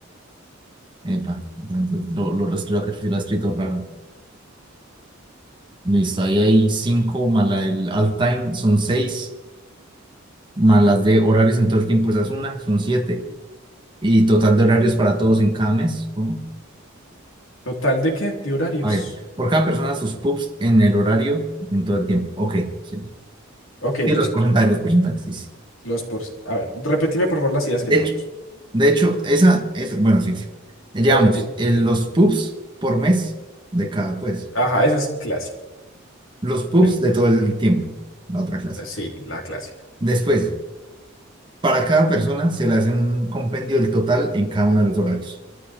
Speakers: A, on the right; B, on the left.
A: Epa, entonces lo, lo reescribo acá, que lo ha escrito raro. Listo, ahí hay cinco, más la del all time son seis, más las de horarios en todo el tiempo, esa es una, son siete. Y total de horarios para todos en cada mes. ¿cómo?
B: ¿Total de qué? De horarios.
A: A ver, por cada persona sus PUBs en el horario en todo el tiempo. Ok, sí.
B: Ok, entonces,
A: Sí, los porcentajes, los porcentajes, sí, sí.
B: los por. A ver, repetime por favor las ideas
A: De
B: que llevamos.
A: hecho, De hecho, esa es, bueno, sí, sí. Llevamos
B: Repetime.
A: eh, los pubs por mes de cada, pues,
B: Ajá, eso es clásico.
A: los pubs
B: Le-
A: de todo el tiempo, la otra clase.
B: Sí, la clásica.
A: Después, para cada persona se le hace un compendio del total en cada uno de los horarios.